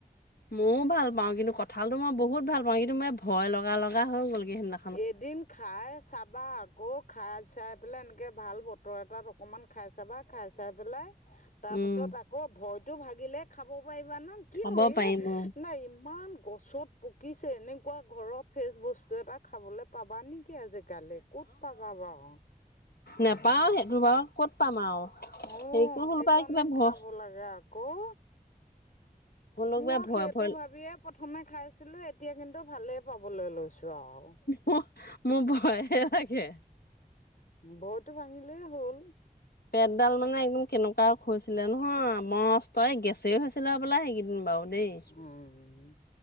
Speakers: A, on the left; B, on the left.
A: মইও ভাল পাওঁ কিন্তু কঁঠালটো মই বহুত ভাল পাওঁ কিন্তু মই ভয় লগা লগা হৈ গ'লগে সেদিনা
B: এদিন খাই চাবা আকৌ খাই চাই পেলাই এনেকৈ ভাল বতৰ এটাত অকণমান খাই চাবা খাই চাই পেলাই তাৰ
A: উম
B: পাছত আকৌ ভয়তো ভাগিলে খাব পাৰিবা ন কিনো
A: খাব
B: এ
A: পাৰিম অ
B: নাই ইমান গছত পকিছে এনেকুৱা ঘৰৰ ফ্ৰেচ বস্তু এটা খাবলৈ পাবা নেকি আজিকালি ক'ত পাবা বাৰু
A: নাপাও সেইটো বাৰু ক'ত পাম আৰু হেটো
B: অ'
A: ফালৰ
B: সেইকাৰণে
A: পৰা কিবা ভয়
B: খাব লাগে আকৌ
A: হ'লেও কিবা
B: মই
A: ভয়
B: সেইটো
A: ভয়
B: ভাবিয়ে প্ৰথমে খাইছিলো এতিয়া কিন্তু ভালেই পাবলৈ লৈছো। আৰু
A: মো অ মোৰ ভয়হে লাগে
B: ভয়তো ভাঙিলেই হ'ল।
A: পেটডাল মানে একদম কেনেকুৱা হৈছিলে নহয় মস্ত এই গেছেই হৈছিলে হবলা সেইকেইদিন বাৰু দেই
B: উম